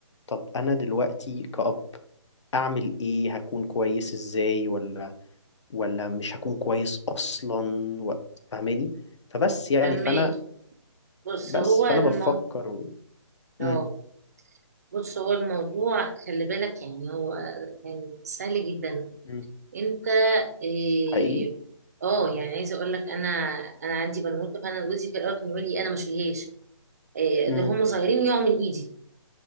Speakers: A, on the left (about 65°); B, on the right (about 35°).
A: طب انا دلوقتي كأب اعمل ايه هكون كويس ازاي ولا ولا مش هكون كويس اصلا و... فاهماني فبس يعني
B: تمام
A: فانا
B: بص
A: بس
B: هو
A: فانا
B: المو
A: بفكر و...
B: اه
A: مم.
B: بص هو الموضوع خلي بالك يعني هو يعني سهل جدا
A: مم.
B: انت إيه
A: حقيقي
B: اه يعني عايزه اقول لك انا انا عندي بنوته فانا جوزي في الاول كان يقول لي انا ما اشيلهاش آه،
A: مم.
B: ده هم صغيرين يقعوا من ايدي